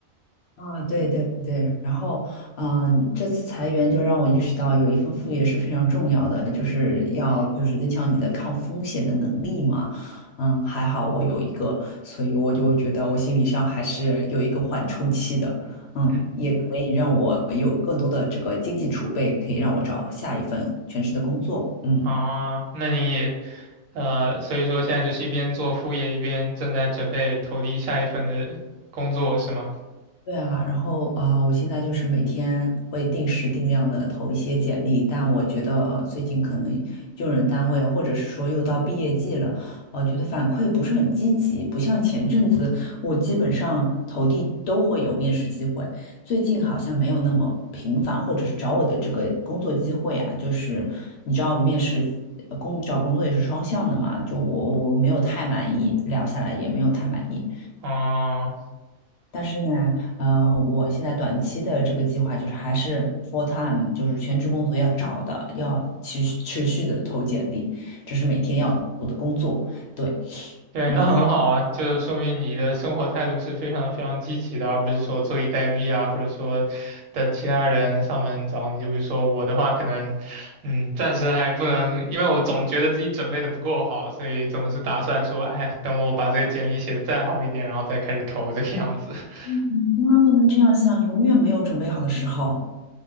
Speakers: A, on the left (about 60°); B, on the right (about 80°).
A: 啊，对对对，然后，嗯、这次裁员就让我意识到，有一份副业是非常重要的，就是要就是增强你的抗风险的能力嘛。嗯，还好我有一个，所以我就觉得我心理上还是有一个缓冲期的。嗯，
B: 嗯
A: 也可以让我有更多的这个经济储备，可以让我找下一份全职的工作。嗯。
B: 啊，那你呃，所以说现在就是一边做副业，一边正在准备投递下一份的工作，是吗？
A: 对啊，然后啊、呃我现在就是每天会定时定量的投一些简历，但我觉得呃，最近可能用人单位或者是说又到毕业季了，我觉得反馈不是很积极，不像前阵子我基本上投递都会有面试机会，最近好像没有那么频繁，或者是找我的这个工作机会啊，就是你知道面试呃工找工作也是双向的嘛，就我我没有太满意，聊下来也没有太满意。
B: 哦、
A: 但是呢，呃，我现在短期的这个计划就是还是 full time，就是全职工作要找的，要持续持续的投简历，这是每天要做的工作。对，
B: 对，
A: 然后
B: 那很好啊，就是说明你的生活态度是非常非常积极的，而不是说坐以待毙啊，或者说等其他人上门找你。就比如说我的话，可能，嗯，暂时还不能，因为我总觉得自己准备的不够好，所以总是打算说，哎，等我把这个简历写的再好一点，然后再开始投这个样子。<laughs>
A: 嗯，千万不能这样想，永远没有准备好的时候。